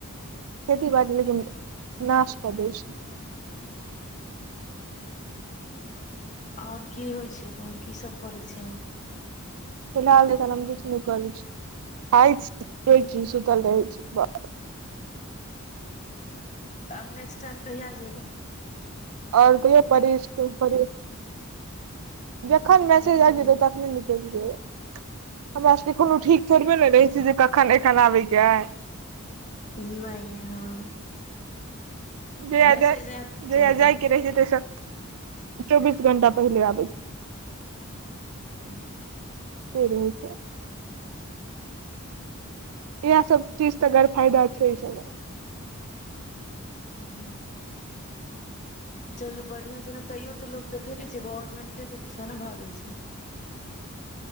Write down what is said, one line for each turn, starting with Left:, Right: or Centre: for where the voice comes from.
Right: खेती बाड़ी लेकिन नाश काय देय छै
Left: आओर की होइ छै तहन की सभ करै छिय अहाँ
Right: फिलहाल हम अखन किछु नहि करै छी खाइ छी पीये छी सुतल रहै छी बस
Left: आब नेक्स्ट टाइम कहिआ जेबै
Right: और कहियो पढ़ी स्कूल पढ़ी जखन मैसेज
Left: हूँ
Right: आ जेतै तखने निकेल जेबय हमरा सबके कोनो ठीक थोरबे नहि रहै छी जे कखन आबैक एय
Left: नहि हँ
Right: जहिया
Left: मैसेज
Right: जा जहिया
Left: आयत चलि
Right: जाय
Left: जाउ
Right: के रहे छै तेसँ चौबीस घंटा पहिले आबै छै
Left: आ
Right: से रहे छै इएह सब चीज तऽ गर फायदा छै इ सब लय क
Left: हू चलू बढ़िया छै ने तैयो तऽ लो देखे ने छै गवर्मेंटे के पीछा नऽ भागै छै